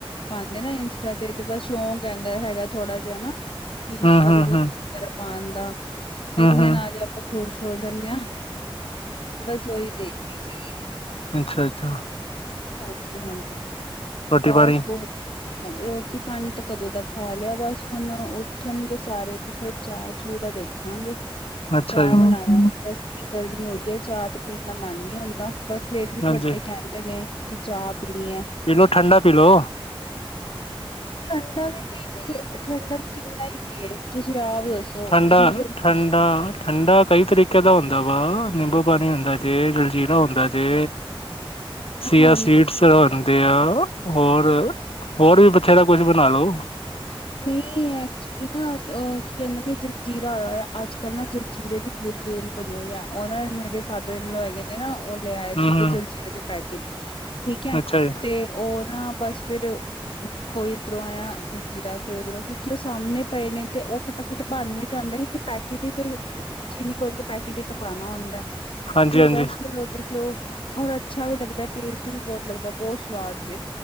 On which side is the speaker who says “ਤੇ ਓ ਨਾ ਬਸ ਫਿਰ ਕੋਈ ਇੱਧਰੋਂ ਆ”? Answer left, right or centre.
Left